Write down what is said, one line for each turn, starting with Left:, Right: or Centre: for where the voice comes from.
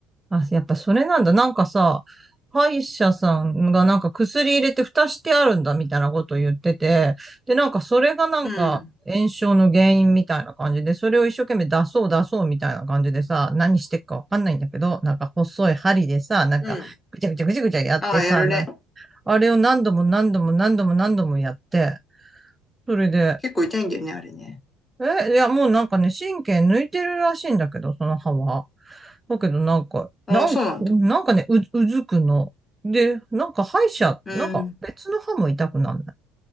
Right: あ、やっぱそれなんだ。なんかさ、歯医者さんがなんか薬入れて蓋してあるんだみたいなこと言ってて、で、なんかそれがなんか炎症の原因みたいな感じで、
Left: うん。
Right: それを一生懸命出そう出そうみたいな感じでさ、何してっかわかんないんだけど、なんか細い針でさ、なんかぐちゃぐちゃぐちゃぐちゃやってさ、
Left: うん。ああ、やるね。
Right: なあれを何度も何度も何度も何度もやって、それで、
Left: 結構痛いんだよね、あれね。
Right: え、いやもうなんかね、神経抜いてるらしいんだけど、その歯は。だけどなんか、
Left: ああ、
Right: なんか、
Left: そうなんだ。
Right: なんかね、う、うずくの。で、なんか歯医者、
Left: うん。
Right: なんか別の歯も痛くなんない。